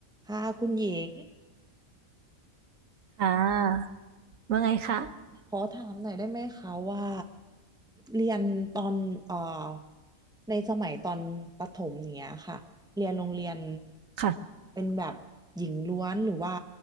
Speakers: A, in the centre; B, on the right.
A: ค่ะคุณหญิง
B: ค่ะว่าไงคะ
A: ขอถามหน่อยได้ไหมคะว่าเรียนตอนเอ่อในสมัยตอนประถมเนี้ยค่ะเรียนโรงเรียน
B: ค่ะ
A: เป็นแบบหญิงล้วนหรือว่า